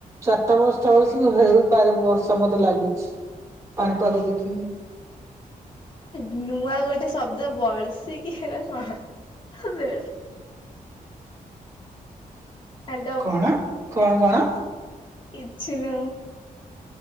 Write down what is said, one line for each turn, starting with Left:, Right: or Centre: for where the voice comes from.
Right: ଚାରିଟା ବର୍ଷା ହେଉଛି ହେଇପାରେ ବର୍ଷା ମତେ ଲାଗୁଛି। ପାଣିପାଗ ଦେଖିକି
Left: ନୂଆ ଗୋଟେ ଶବ୍ଦ ବଳସିକି ହେରା କଣ? ଆବେ, ହ୍ୟାଲୋ,
Right: କଣ କଣ କଣ
Left: କିଛିନୁଉଁ।